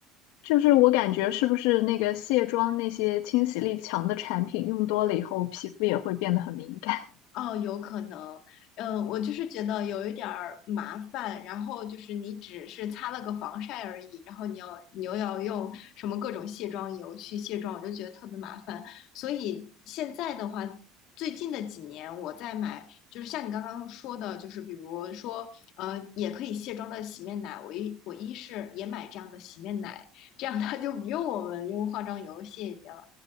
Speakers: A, on the left; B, on the left.
A: 就是我感觉是不是那个卸妆那些清洗力强的产品用多了以后，皮肤也会变得很敏感。
B: 哦，有可能，嗯，我就是觉得有一点儿麻烦，然后就是你只是擦了个防晒而已，然后你要你又要用什么各种卸妆油去卸妆，我就觉得特别麻烦。所以现在的话，最近的几年我在买，就是像你刚刚说的，就是比如说，呃，也可以卸妆的洗面奶，我一我一是也买这样的洗面奶，这样它就不用我们用化妆油卸一遍了。